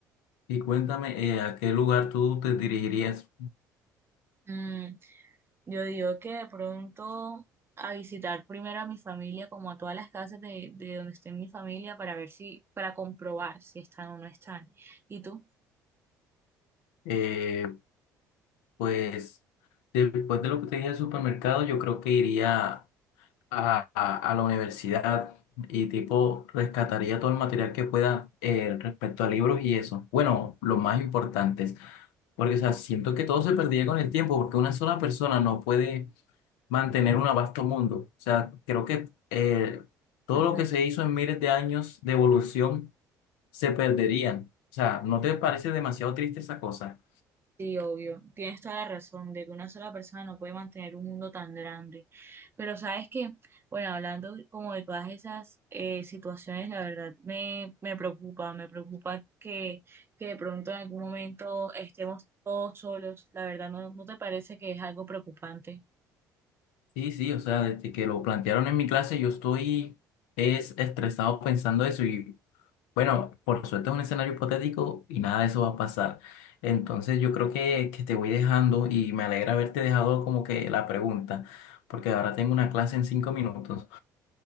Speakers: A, on the left; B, on the right.
A: Y cuéntame, eh, ¿a qué lugar tú te dirigirías?
B: Mm, yo digo que de pronto a visitar primero a mi familia, como a todas las casas de, de donde esté mi familia, para ver si, para comprobar si están o no están. ¿Y tú?
A: Eh, pues después de lo que te dije del supermercado, yo creo que iría a, a- a la universidad y tipo rescataría todo el material que pueda eh, respecto a libros y eso. Bueno, los más importantes, porque o sea, siento que todo se perdía con el tiempo, porque una sola persona no puede mantener un vasto mundo. O sea, creo que eh, todo
B: Ujú.
A: lo que se hizo en miles de años de evolución se perderían. O sea, ¿no te parece demasiado triste esa cosa?
B: Sí, obvio. Tienes toda la razón de que una sola persona no puede mantener un mundo tan grande. Pero sabes que, bueno, hablando como de todas esas eh, situaciones, la verdad me, me preocupa, me preocupa que, que de pronto en algún momento estemos todos solos. La verdad, ¿no, no te parece que es algo preocupante?
A: Sí, sí, o sea, desde que lo plantearon en mi clase, yo estoy es estresado pensando eso y bueno, por suerte es un escenario hipotético y nada de eso va a pasar. Entonces yo creo que, que te voy dejando y me alegra haberte dejado como que la pregunta, porque ahora tengo una clase en cinco minutos.